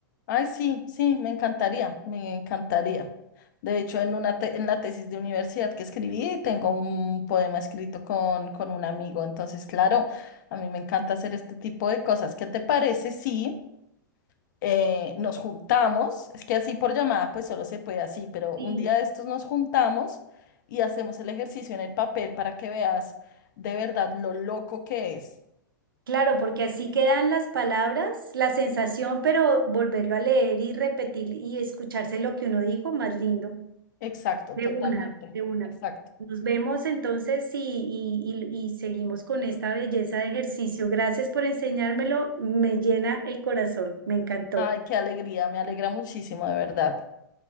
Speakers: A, on the left; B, on the right.
A: Ay, sí, sí, me encantaría, me encantaría. De hecho, en una te- en la tesis de universidad que escribí, tengo un poema escrito con, con un amigo. Entonces, claro, a mí me encanta hacer este tipo de cosas. ¿Qué te parece? Sí. eh, nos juntamos, es que así por llamada pues solo se puede así, pero
B: Sí,
A: un día de estos nos juntamos y hacemos el ejercicio en el papel para que veas de verdad lo loco que es.
B: claro, porque así quedan las palabras, la sensación, pero volverlo a leer y repetir y escucharse lo que uno dijo, más lindo.
A: Exacto,
B: De
A: totalmente.
B: una, de una.
A: Exacto.
B: Nos vemos entonces y, y, y y seguimos con esta belleza de ejercicio. Gracias por enseñármelo, me llena el corazón, me encantó.
A: Ay, qué alegría, me alegra muchísimo, de verdad.